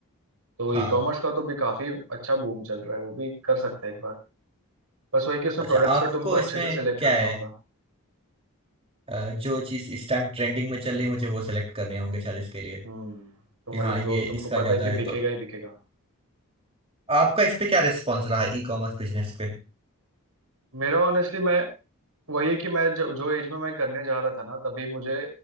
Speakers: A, on the right (about 70°); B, on the right (about 25°).
A: तो
B: हाँ
A: ई कॉमर्स का तो भी काफी अच्छा बूम चल रहा है वो भी कर सकते हैं एक बार बस वही कि उसमें
B: अच्छा
A: प्रोडक्ट्स
B: आपको
A: फिर तुमको अच्छे
B: इसमें
A: से सिलेक्ट
B: क्या
A: करना
B: है
A: होगा
B: अ, जो चीज इस टाइम ट्रेंडिंग में चल रही है मुझे वो सेलेक्ट करने होंगे शायद इसके लिए कि
A: हम्म तो मतलब
B: हाँ
A: जो
B: ये
A: तुमको
B: इसका
A: पता
B: ज्यादा
A: है कि
B: है
A: बिकेगा
B: तो
A: ही बिकेगा
B: आपका इस पे क्या रिस्पॉन्स रहा ई कॉमर्स बिजनेस पे
A: मेरा ऑनेस्टली मैं वही है कि मैं जो जो एज में मैं करने जा रहा था ना तभी मुझे